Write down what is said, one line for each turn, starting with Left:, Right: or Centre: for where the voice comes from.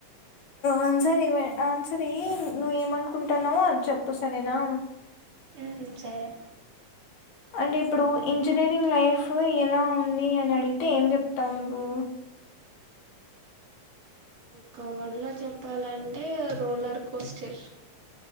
Left: ఆన్సర్ ఆన్సర్ ఇ నువ్వు ఏమనుకుంటాన్నావో చెప్పు సరేనా
Right: హమ్ సరే
Left: అంటే ఇప్పుడు ఇంజనీరింగ్ లైఫ్ ఎలా ఉంది అని అడిగితే ఏం చెప్తావు నువ్వు
Right: ఒక వర్డ్లో చెప్ చెప్పాలంటే రోలర్ కోస్టర్